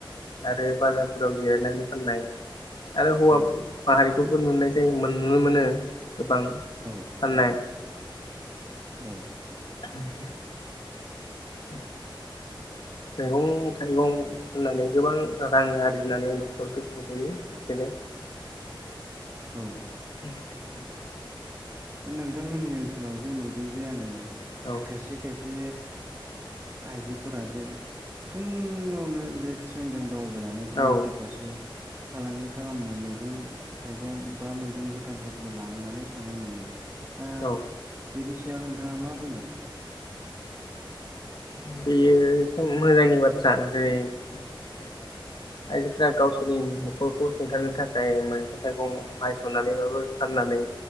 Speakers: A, on the left (about 60°); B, on the right (about 25°).
A: आरो बाजारफोराव जिरायनानै फाननाय आरो हौवा
B: औ
A: माहारिखौबो नुनाय जायो नुनो मोनो गोबां
B: औ
A: फाननाय
B: औ
A: <inaudible> उ <inaudible> मैगं थाइगं फाननानै गोबां रां आरजिनानै न'खरखौ सुंथायो एसेनो
B: औ औ
A: <inaudible>
B: दा नोंथांमोननि ओनसोलाव जे नुदों जे आङो
A: औ
B: खायसे खायसे आइजोफोरा जे फुङावनो जे ट्रेनजों दावबायनानै गुवाहाटि
A: औ
B: फारसे फालांगि खालामनो मैगं थाइगं बा मैगं गोथांफोरखौ लांनानै थांनाय नुयो दा
A: औ
B: बेनि सायाव नोंथाङा मा बुंगोन
A: बेयोथ' मोजांनि बाथ्रा जेरै आइजोफोरा गावसोरनि न'खरखौ सुंथानो थाखाय मैगं थाइगं माइ सौनानैबाबो फाननानै